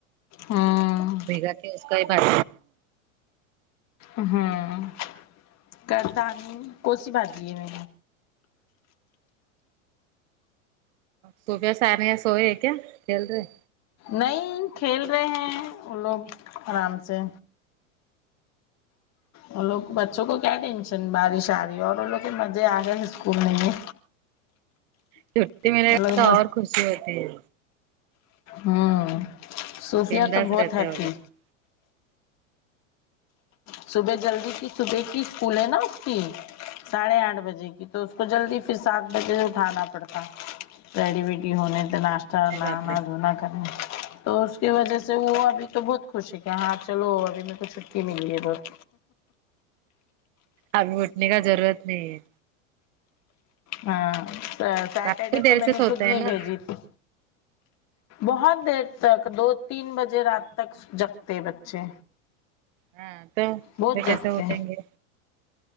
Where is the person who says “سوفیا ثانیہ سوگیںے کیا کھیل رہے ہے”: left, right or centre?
Right